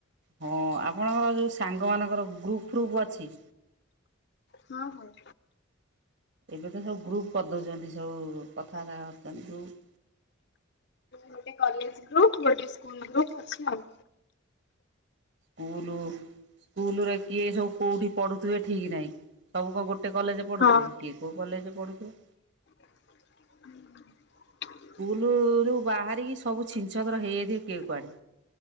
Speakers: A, on the right; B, on the left.
A: ହଁ ଆପଣଙ୍କର ଯେଉଁ ସାଙ୍ଗମାନଙ୍କର ଗ୍ରୁପ୍ ଫ୍ରୁପ୍ ଅଛି।
B: ହଁ ହଁ।
A: ଏବେ ତ ସବୁ ଗ୍ରୁପ କରିଦଉଚନ୍ତି ସବୁ କଥାବାର୍ତା ହଉଚନ୍ତି ଗ୍ରୁପ
B: ଗୋଟେ କଲେଜ ଗ୍ରୁପ ଗୋଟେ ସ୍କୁଲ ଗ୍ରୁପ ଅଛି ଆଉ।
A: କୁଲୁ ସ୍କୁଲୁରେ କିଏ ସବୁ କୋଉଠି ପଢୁଥିବେ ଠିକ ନାହିଁ ସବୁ କଣ ଗୋଟେ ଗୋଟେ କଲେଜ ପଢ଼ୁଥିବ
B: ହଁ
A: କିଏ କୋଉଁ କଲେଜରେ ପଢ଼ଥିବ?
B: <inaudible>
A: ସ୍କୁଲରୁୁ ବାହାରିକି ସବୁ ଛିଁ ଛଁତର ହେଇଯାଇଥିବେ କେଏ କୁଆଡେ?